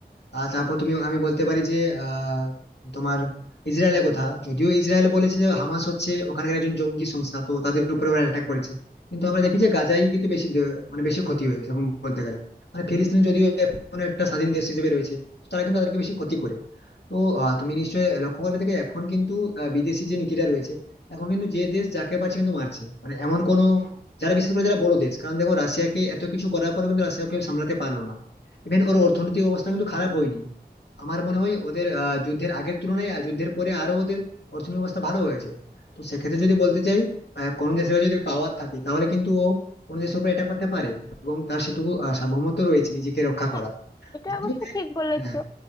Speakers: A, on the left (about 80°); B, on the left (about 20°).
A: আহ তারপর তুমি আমি বলতে পারি যে আহ তোমার ইসরায়েলের কথা যদিও ইসরায়েল বলেছে যে হামাস হচ্ছে ওখানকার একজন জঙ্গি সংস্থা তো তাদের উপরে ওরা অ্যাটাক করেছে কিন্তু আমরা দেখি যে গাজায় কিন্তু বেশি দ- মানে বেশি ক্ষতি হয়েছে সেরকম বলতে গেলে মানে ফিলিস্তিন যদিও এখন একটা স্বাধীন দেশ হিসেবে রয়েছে তারা কিন্তু তাদেরকে বেশি ক্ষতি করে তো আহ, তুমি নিশ্চয়ই লক্ষ্য করবে দেখে এখন কিন্তু আহ, বিদেশি যে নীতিটা রয়েছে এখন কিন্তু যে দেশ যাকে পারছে কিন্তু মারছে মানে এমন কোনো যারা বিশেষ করে যারা বড় দেশ কারণ দেখো রাশিয়াকে এত কিছু করার পরে কিন্তু রাশিয়াকে সামলাতে পারলো না ইভেন ওর অর্থনৈতিক অবস্থা কিন্তু খারাপ হয়নি আমার মনে হয় ওদের আহ, যুদ্ধের আগের তুলনায় আর যুদ্ধের পরে আরো ওদের অর্থনৈতিক অবস্থা ভালো হয়েছে তো সেক্ষেত্রে যদি বলতে চাই আহ, কোনো দেশের কাছে যদি পাওয়ার থাকে তাহলে কিন্তু ও কোনো দেশের উপর এটা করতে পারে এবং তার সেটুকু আহ, সার্বভৌমত্ব রয়েছে নিজেকে রক্ষা
B: হ্যাঁ
A: করা
B: এটা
A: যদিও
B: অবশ্য ঠিক বলেছো
A: হ্যাঁ